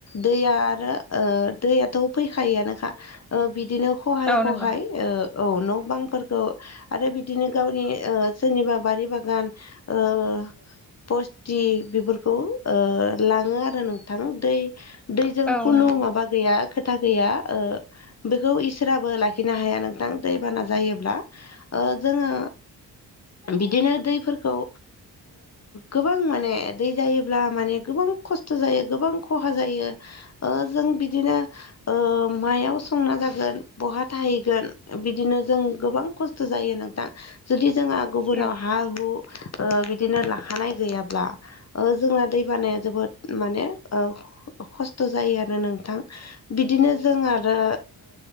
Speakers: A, on the left; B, in the centre.
A: दैया आरो दैयाथ फैखायोआनोखा बिदिनो खहाय
B: औ
A: खहाय
B: नंगौ
A: औ न' बांफोरखौ आरो बिदिनो गावनि सोरनिबा बारि बागान। ओ। बस्ति बेफोरखौ लाङो आरो नोंथां दै दैजों
B: औ
A: खुनु
B: नंगौ
A: माबा गैया खोथा गैया। बेखौ इसोराबो लाखिनो हाया नोंथां दैबाना जायोब्ला जोङो बिदिनो दैफोरखौ गोबां माने दै जायोब्ला माने गोबां खस्थ जायो गोबां खहा जायो। ओ जों बिदिनो मायाव संना जागोन बहा थाहैगोन बिदिनो जों गोबां खस्थ जायो नोंथां। जुदि जोंहा गुबुनाव
B: औ
A: हा हु बिदिनो लाखानाय गैयाब्ला। जोंना दै बानाया जोबोद माने खस्थ जायो आरो नोंथां‌। बिदिनो जों आरो